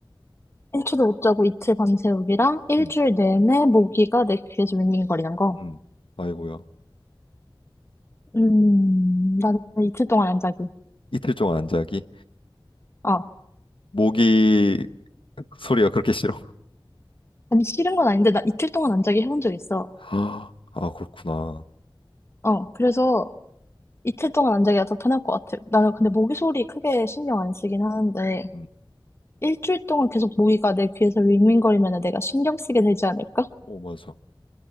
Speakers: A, on the left (about 30°); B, on the left (about 75°).
A: 일초도 못 자고 이틀 밤새우기랑 일주일
B: 음.
A: 내내 모기가 내 귀에서 윙윙거리는 거.
B: 음. 아이고야.
A: 음, 나는 이틀 동안 안 자기.
B: 이틀 동안 안 자기?
A: 어.
B: 모기 <laughs> 소리가 그렇게 싫어?
A: 아니, 싫은 건 아닌데, 나 이틀 동안 안 자기 해본 적 있어.
B: <gasps> 아, 아, 그렇구나.
A: 어, 그래서 이틀 동안 안 자기가 더 편할 것 같아. 나는 근데
B: 음.
A: 모기 소리 크게 신경 안 쓰긴 하는데,
B: 음.
A: 일주일 동안 계속 모기가 내 귀에서 윙윙거리면 내가 신경 쓰게 되지 않을까?
B: 어, 맞아.